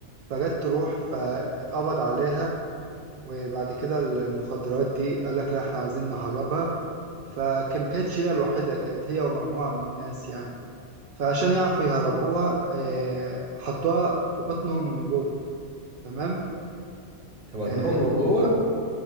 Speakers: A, on the right; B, on the right.
A: فجت تروح فاتقبض عليها وبعد كده المخدرات دي قال لك لا احنا عايزين نهربها فما كانتش هي الوحيدة كانت هي ومجموعة من الناس يعني فعشان يعرفوا يهربوها آه، حطوها في بطنهم من جوه تمام
B: في بطنهم
A: آم،
B: من جوه
A: ف-